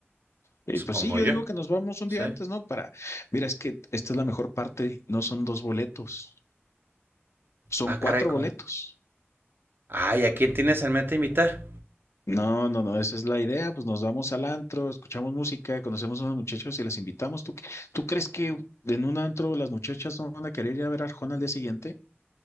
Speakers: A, on the left; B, on the right.
A: Eh,
B: supongo
A: pues sí, yo
B: yo.
A: digo que nos vamos un
B: ¿Sí?
A: día antes, ¿no? Para, mira, es que esta es la mejor parte, no son dos boletos, son
B: Ah,
A: cuatro
B: caray, ¿cómo?
A: boletos.
B: Ay, ¿a quién tienes en mente invitar?
A: No, no, no, esa es la idea, pues nos vamos al antro, escuchamos música, conocemos a unos muchachos y las invitamos. ¿Tú, qué- tú crees que en un antro las muchachas no van a querer ir a ver a Arjona al día siguiente?